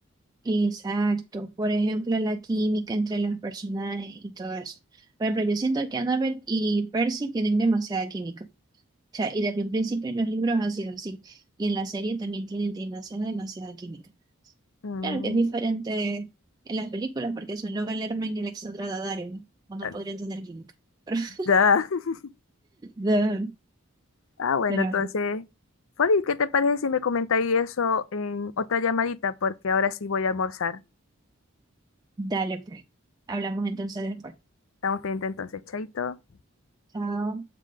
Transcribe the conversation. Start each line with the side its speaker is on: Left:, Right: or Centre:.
Right: Exacto, por ejemplo, la química entre los personajes y todo eso. Por ejemplo, yo siento que Annabelle y Percy tienen demasiada química. O sea, y desde un principio en los libros ha sido así. Y en la serie también tienen demasiada, demasiada química.
Left: Mm,
Right: Claro que es diferente en las películas porque son Logan Lerman y el Dario, ¿no? O no
Left: ah,
Right: podrían tener química. <laughs>
Left: da. <laughs>
Right: Pero,
Left: Ah, bueno,
Right: pero
Left: entonces, Foli, ¿qué te parece si me comentáis eso en otra llamadita? Porque ahora sí voy a almorzar.
Right: dale, pues. Hablamos entonces después.
Left: Estamos pendientes entonces, chaito.
Right: Chao.